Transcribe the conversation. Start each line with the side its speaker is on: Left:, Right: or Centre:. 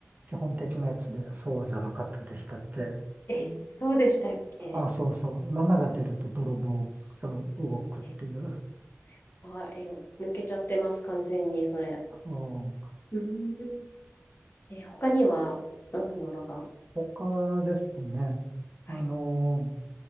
Right: 基本的なやつでそうじゃなかったでしたっけ。
Left: え、そうでしたっけ
Right: あ、そうそう。7が出ると泥棒が動くっていう。
Left: え、あ、え、抜けちゃってます、完全に、それ。
Right: うん
Left: うーん。え、他には、どんなものが
Right: 他ですね。
Left: はい。
Right: あの